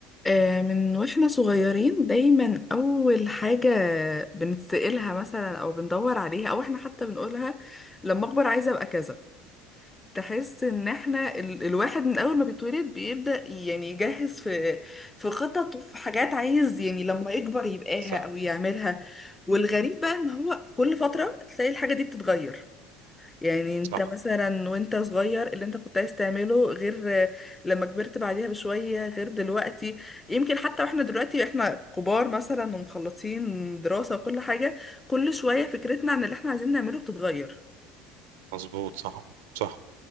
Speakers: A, on the left; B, on the right.
A: آه، من واحنا صغيرين دايما اول حاجة بنتسألها مثلا او بندور عليها او احنا حتى بنقولها لما اكبر عايزة ابقى كذا تحس ان احنا ال الواحد من اول ما بيتولد بيبدأ يعني يجهز في في خطط وفي حاجات عايز يعني لما يكبر يبقاها
B: صح
A: او يعملها والغريب بقى ان هو كل فترة تلاقي الحاجة دي بتتغير يعني انت
B: صح
A: مثلا وانت صغير اللي انت كنت عايز تعمله غير آه، لما كبرت بعديها بشوية غير دلوقتي يمكن حتى واحنا دلوقتي احنا كبار مثلا ومخلصين دراسة وكل حاجة كل شوية فكرتنا عن اللي احنا عايزين نعمله بتتغير
B: مظبوط صح صح